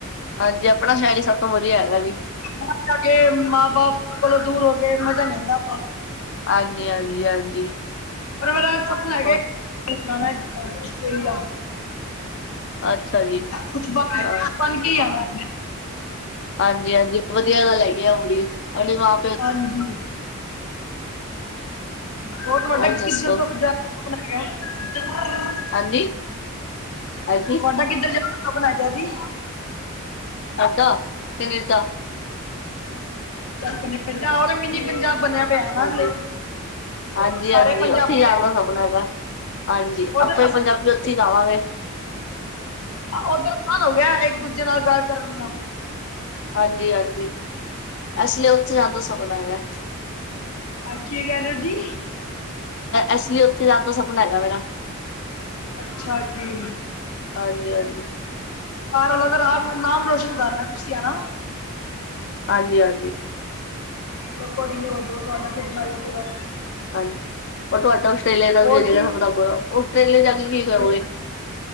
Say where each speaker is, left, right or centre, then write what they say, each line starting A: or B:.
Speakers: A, on the left; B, on the left.
A: ਹਾਂਜੀ, ਆਪਣਾ ਸੈ਼ਰ ਈ ਸਭ ਤੋਂ ਵਧੀਆ ਹੈਗੈ ਵੀ।
B: ਬਾਹਰ ਜਾ ਕੇ ਮਾਂ ਬਾਪ ਕੋਲੋਂ ਦੂਰ ਹੋ ਗੇ ਮਜ਼ਾ ਨੀ ਆਂਦਾ ਅਪਾਂ
A: ਹਾਂਜੀ ਹਾਂਜੀ ਹਾਂਜੀ
B: ਪਰ ਮੇਰਾ ਸਪਨਾ ਹੈਗੈ
A: ਹੋਰ
B: ਜਾਣੈ ਆਸਟ੍ਰੇਲੀਆ।
A: ਅੱਛਾ ਜੀ
B: ਕੁਛ ਬਾਣ
A: ਹਾਂ
B: ਬਣ ਕੇ ਆਵਾਂ।
A: ਹਾਂਜੀ ਹਾਂਜੀ, ਵਧੀਆ ਆਲਾ ਲੈ ਗੀ ਆ ਅਵਲੀ, ਅਵਲੀ ਵਾ
B: ਹਾਂਜੀ। ਬਹੁਤ ਵੱਡਾ
A: ਹੋਰ
B: <unintelligible>
A: ਦੱਸੋ ਹਾਂਜੀ। ਹਾਂਜੀ
B: ਤੁਹਾਡਾ ਕਿੱਧਰ ਜਾਣਾਂ ਬਣ ਗਿਆ ਜੀ।
A: ਸਾਡਾ ਕੰਨੇਡਾ।
B: ਕੰਨੇਡਾ ਉਹ ਤੇ ਮੀਨੀ ਪੰਜਾਬ ਬਣਿਆ ਪਿਆ ਨਾ
A: ਹਾਂਜੀ
B: ਹਲੇ।
A: ਹਾਂਜੀ-
B: ਸਾਰੇ
A: ਹਾਂਜੀ
B: ਪੰਜਾਬੀ
A: ਉੱਥੇ ਹੀ ਜਾਣ
B: ਹੈਗੇ
A: ਦਾ ਸਪਨਾ ਹੈਗਾ, ਹਾਂਜੀ
B: ਉਧਰ
A: ਆਪਾਂ ਦੇ ਪੰਜਾਬੀ ਉੱਥੇ ਜਾਂਵਾਂਗੇ।
B: ਓਧਰ ਅਸਾਨ ਹੋ ਗਿਆਂ, ਇੱਕ ਦੂਜੇ ਨਾਲ਼ ਗੱਲ ਕਰਨ ਦਾ।
A: ਹਾਂਜੀ -ਹਾਂਜੀ ਐਸ ਲੀ ਉੱਥੇ ਜਾਣ ਦਾ ਸਪਨਾ ਹੈਗਾ।
B: ਅ ਕੀ ਕਹਿ ਰਹੇ ਔ ਜੀ।
A: ਐਸ ਲਈ ਉੱਥੇ ਜਾਂਣ ਦਾ ਸਪਨਾ ਹੈਗਾ ਮੇਰਾ।
B: ਅੱਛਾ ਜੀ।
A: ਹਾਂਜੀ ਹਾਂਜੀ
B: ਘਰ ਆਲਿਆਂ ਦਾ ਰਾਜ ਨਾਂਮ -ਨਾਂਮ ਰੋਸ਼ਨ ਕਰਨਾਂ ਤੁਸੀਂ ਹਨਾ।
A: ਹਾਂਜੀ- ਹਾਂਜੀ।
B: ਚਲੋਂ ਕੋਈ ਨੀ ਹੋਜੂਗਾ ਤੁਹਾਡਾ ਸੁਪਨਾ ਵੀ ਪੂਰਾਂ।
A: ਹਾਂਜੀ ਔਰ ਤੁਹਾਡਾ ਆਸਟ੍ਰੇਲੀਆ ਦਾ
B: ਹੋਰ
A: ਵੀਜੇ ਦਾ ਉੱਥੇ
B: ਜੀ
A: ਜਾ ਕੇ ਕੀ ਕਰੋਂਗੇ।